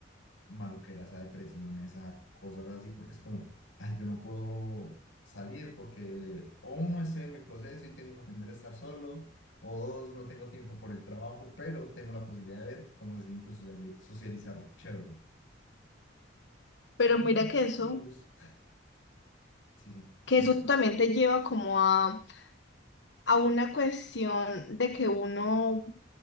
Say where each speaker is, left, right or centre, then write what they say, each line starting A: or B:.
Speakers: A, on the left; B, on the left.
A: maluqueras, a depresiones, a cosas así, porque es como, ay, yo no puedo salir porque o uno estoy en mi proceso y tengo que aprender a estar solo, o dos, no tengo tiempo por el trabajo, pero tengo la posibilidad de ver cómo se siente sociali- socializar chévere. Son
B: Pero
A: un montón
B: mira que
A: de estímulos.
B: eso,
A: Sí, sí,
B: que
A: bueno,
B: eso también te lleva como a, a una cuestión de que uno